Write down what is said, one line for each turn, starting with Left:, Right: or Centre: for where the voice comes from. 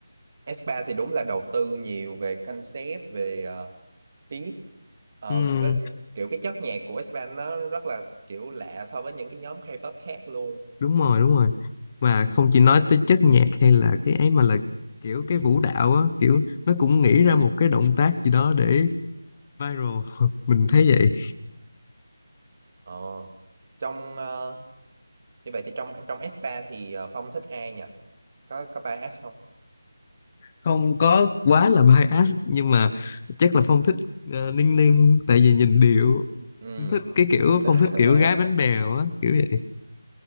Right: S3 thì đúng là đầu tư nhiều về concept, về ờ, beat Ờ,
Left: Ừm,
Right: với- kiểu cái chất nhạc của S3 nó rất là kiểu lạ so với những cái nhóm K-pop khác luôn.
Left: đúng rồi đúng rồi mà không chỉ nói tới chất nhạc hay là cái ấy mà là kiểu cái vũ đạo á kiểu nó cũng nghĩ
Right: Ừ.
Left: ra một cái động tác gì đó để viral <laughs> mình thấy vậy
Right: Ờ. Trong ờ, Như vậy thì trong trong S3 thì ờ, Phong thích ai nhỉ? Có có 3S không?
Left: không có quá là bias nhưng mà chắc là Phong thích ờ, Ninh Ninh tại vì nhìn điệu
Right: Ừ.
Left: Phong thích cái kiểu
Right: <laughs>
Left: Phong thích kiểu gái bánh bèo á kiểu vậy